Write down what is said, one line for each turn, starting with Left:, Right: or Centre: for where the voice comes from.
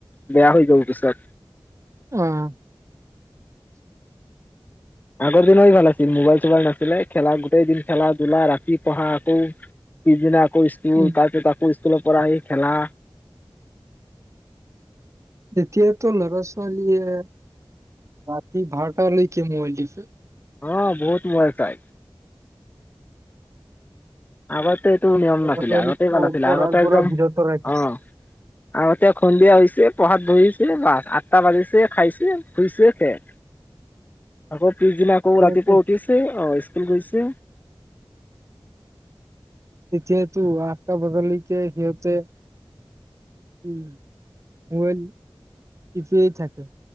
Left: বেয়া হৈ যাব পিছত
Right: অ'।
Left: আগৰ দিনেই ভাল আছিল, মোবাইল চোবাইল নাছিলে খেলা গোটেই দিন খেলা-ধুলা, ৰাতি পঢ়া আকৌ পিছদিনা আকৌ ইস্কুল
Right: উম
Left: তাতে আকৌ ইছ স্কুলৰ পৰা আহি খেলা।
Right: এতিয়াতো ল'ৰা-ছোৱালীয়ে ৰাতি বাৰটালৈকে মোবাইল টিপে।
Left: অ', বহুত মোবাইল চাই। আগতে একো নিয়ম
Right: ল'ৰা
Left: নাছিলে
Right: ছোৱালীক
Left: আগতে ইমান
Right: প
Left: আছিলে
Right: পঢ়াৰ
Left: আগতে
Right: পৰা
Left: একদম,
Right: বিৰত ৰাখিছে
Left: অ', আগতে সন্ধিয়া হৈছে পঢ়াত বহিছে বাছ আঠটা বাজিছে খাইছে, শুইছে সেয়ে। আকৌ পিছদিনা আকৌ
Right: এতিয়াতো
Left: ৰাতিপুৱা উঠিছে অ', ইছ গৈছে
Right: তেতিয়াতো আঠটা বজালৈকে সিহঁতে উম, মোবাইল টিপিয়েই থাকে।